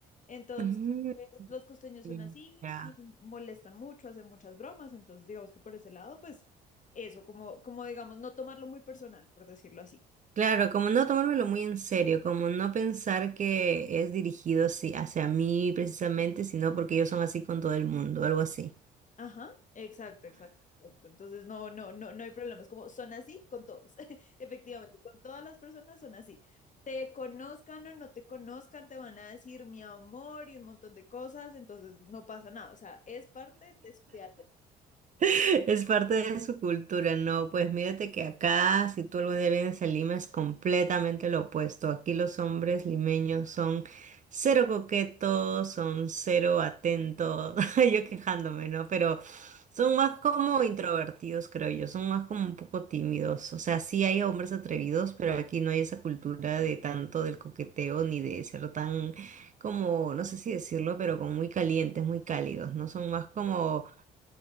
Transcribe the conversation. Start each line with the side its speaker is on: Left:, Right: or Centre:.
Left: Entonces...
Right: ujú.
Left: Los costeños
Right: Mm,
Left: son así
Right: Ya.
Left: y molestan mucho, hacen muchas bromas, entonces digamos que por ese lado, pues eso, como, como digamos, no tomarlo muy personal, por decirlo así.
Right: Claro, como no tomármelo muy en serio, como no pensar que es dirigido sí, hacia mí precisamente, sino porque ellos son así con todo el mundo, algo así.
Left: Ajá, exacto, exacto. exacto. Entonces, no, no, no, no hay problemas. Como son así con todos. <laughs> Efectivamente, con todas las personas son así. Te conozcan o no te conozcan, te van a decir mi amor y un montón de cosas, entonces no pasa nada. O sea, es parte de su vida.
Right: Es parte de su cultura, no, pues mírate que acá, si tú algún día vienes a Lima, es completamente lo opuesto. Aquí los hombres limeños son cero coquetos, son cero atentos, <laughs> yo quejándome, ¿no? Pero son más como introvertidos, creo yo, son más como un poco tímidos. O sea, sí hay hombres atrevidos, pero aquí no hay esa cultura de tanto del coqueteo ni de ser tan como, no sé si decirlo, pero como muy calientes, muy cálidos, ¿no? Son más como